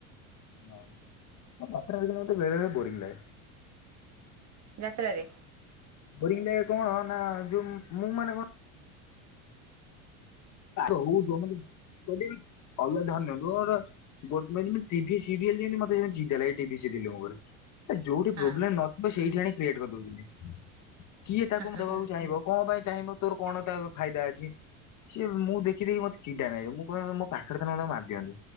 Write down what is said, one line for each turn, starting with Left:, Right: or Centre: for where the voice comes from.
Left: ଅହ ହଁ ମତେ <unintelligible> ବେଳେବେଳେ ବୋରିଂ ଲାଗେ।
Right: ଯାତ୍ରାରେ?
Left: ବୋରିଂ ଲାଗେ କଣ ନା ଯୋଉ ମୁଁ ମାନେ କଣ ତା ହୋଉ ଯୋମିତି ଯଦିବି ଅଲଗା ଧରନିଅନ୍ତୁ ଗୋଟେ ଗୋ ମାନ ମାନେ ଟିଭି ସିରିଏଲ ଯେମତେ ମତେ ବି ସେମତି ଚିଡାଲାଗେ ଟିଭି ସିରିଏଲଙ୍କ ଓପରେ। ଏ ଯୋଉଠି
Right: ହଁ
Left: ପ୍ରୋବ୍ଲେମ ନଥିବ ସେଇଠି ଆଣି କ୍ରିଏଟ କରିଦଉଛନ୍ତି। କିଏ ତାକୁ
Right: ହଁ ହଁ
Left: ଦେବାକୁ
Right: ହଁ
Left: ଚାହିଁବ କଣ ପାଇଁ ଚାହିଁବ ତୋର କଣ ତା ଫାଇଦା ଅଛି। ସିଏ ମୁଁ ଦେଖି ଦେଖି ମତେ ଚିଡ଼ା ନାଗେ ମୁଁ କହେ ମୋ ପାଖରେ ଥିଲେ ମୁଁ ତାକୁ ମାରିଦିଅନ୍ତି।